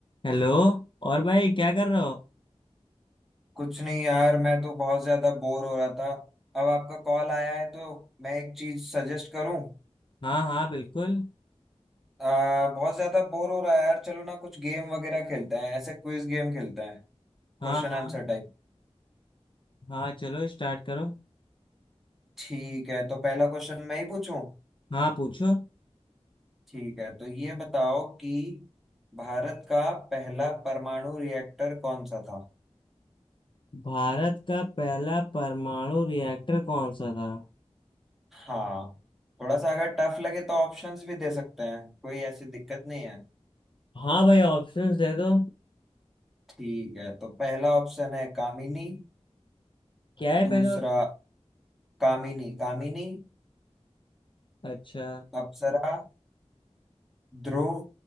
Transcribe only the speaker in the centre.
कुछ नहीं यार मैं तो बहुत ज्यादा बोर हो रहा था अब आपका कॉल आया है तो मैं एक चीज सजेस्ट करूं
आ, बहुत ज्यादा बोर हो रहा है यार चलो ना कुछ गेम वगैरह खेलते हैं ऐसे क्विज गेम खेलते हैं
Question
answer type
ठीक है तो पहला क्वेश्चन मैं ही पूछूं
ठीक है तो ये बताओ कि भारत का पहला परमाणु रिएक्टर कौन सा था
हाँ थोड़ा सा अगर टफ लगे तो ऑप्शंस भी दे सकते हैं कोई ऐसी दिक्कत नहीं है
ठीक है तो पहला ऑप्शन है कामिनी
दूसरा
कामिनी कामिनी
अप्सरा ध्रुव